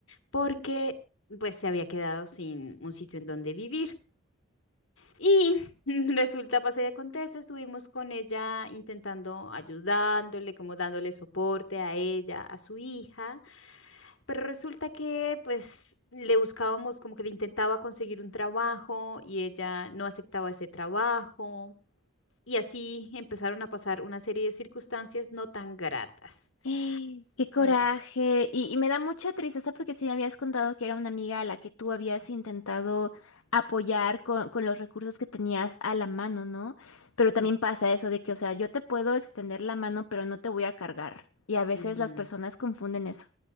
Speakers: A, on the left; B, on the left.
A: porque pues se había quedado sin un sitio en donde vivir. Y <laughs> resulta, pasa y acontece, estuvimos con ella intentando ayudándole, como dándole soporte a ella, a su hija, pero resulta que pues le buscábamos, como que le intentaba conseguir un trabajo y ella no aceptaba ese trabajo. Y así empezaron a pasar una serie de circunstancias no tan gratas.
B: <gasps> ¡Eh! ¡Qué coraje!
A: Mm,
B: Y, y me da mucha tristeza porque sí me habías contado que era una amiga a la que tú habías intentado apoyar con, con los recursos que tenías a la mano, ¿no? Pero también
A: mm,
B: pasa eso de que, o sea, yo te puedo extender la mano, pero no te voy a cargar. Y a veces
A: mm.
B: las personas confunden eso.